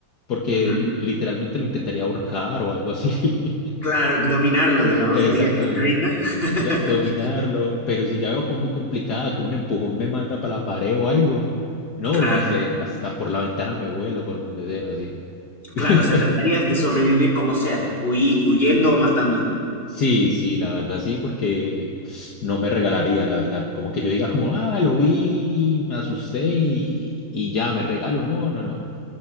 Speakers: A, on the left; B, on the left.
A: porque
B: Ujú.
A: l- literalmente lo intentaría ahorcar o algo así.
B: Claro, dominarlo,
A: <laughs>
B: digamos,
A: Exactamente.
B: ahí a que se rinda. <laughs>
A: Do- dominarlo. Pero si ya veo como muy complicada, que un empujón me manda para la pared o algo. No,
B: Claro,
A: no sé. Hasta por la ventana me vuelo, por donde sea, así.
B: claro,
A: <laughs>
B: o sea, tratarías de sobrevivir como sea, huí- huyendo o matándolo.
A: Sí, sí, la verdad sí, porque no me regalaría, la verdad. Como que yo diga como, ah, lo vi, me asusté y, y ya me regalo. No, no, no.